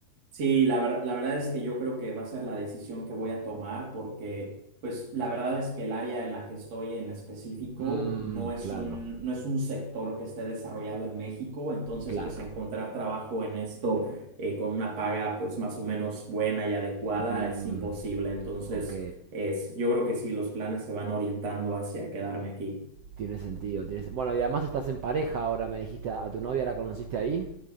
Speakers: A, on the right; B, on the right.
A: Sí, la ver- la verdad es que yo creo que va a ser la decisión que voy a tomar porque, pues, la verdad es que el área en la que estoy en específico
B: Mmm,
A: no es
B: claro,
A: un, no es un sector que esté desarrollado en México, entonces,
B: claro.
A: pues, encontrar trabajo en esto eh, con una paga, pues, más o menos buena y adecuada
B: Mmm,
A: es imposible. Entonces,
B: ok.
A: es, yo creo que sí, los planes se van orientando hacia quedarme aquí.
B: Tiene sentido, tiene sen- Bueno, y además estás en pareja ahora, me dijiste. ¿A tu novia la conociste ahí?